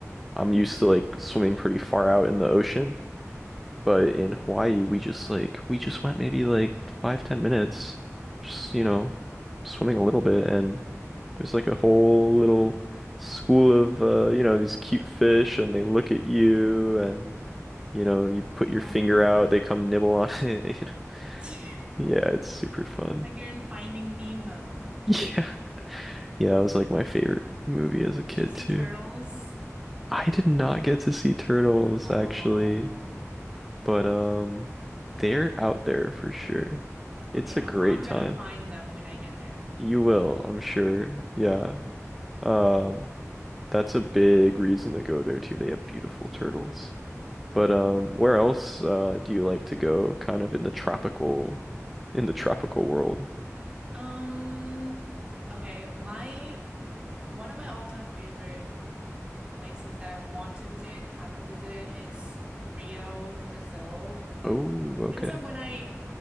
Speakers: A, in the centre; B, on the right (about 20°).
A: I'm used to like swimming pretty far out in the ocean. But in Hawaii, we just like we just went maybe like five, ten minutes, just you know, swimming a little bit, and there's like a whole little school of uh, you know, these cute fish, and they look at you, and you know, you put
B: Oh,
A: your finger out, they come nibble on <laughs> it, you know.
B: <laughs>
A: Yeah, it's super fun.
B: like
A: <laughs>
B: you're in Finding Nemo.
A: Yeah. Yeah, that was like my favorite movie as a kid
B: Did you see
A: too.
B: turtles?
A: I did not get to see turtles
B: Oh.
A: actually, but um, they're out there for sure.
B: Oh
A: It's
B: yeah.
A: a great
B: Well, I'm
A: time.
B: gonna find them when I get there.
A: You will, I'm sure. Yeah. Um, that's a big reason to go there too. They have beautiful turtles. But
B: hmm
A: um, where else uh do you like to go? Kind of in the tropical in the tropical world.
B: Um, okay, my one of my all-time favorite places that I want to visit, haven't visited, is Rio, Brazil.
A: Oh, okay.
B: It was like when I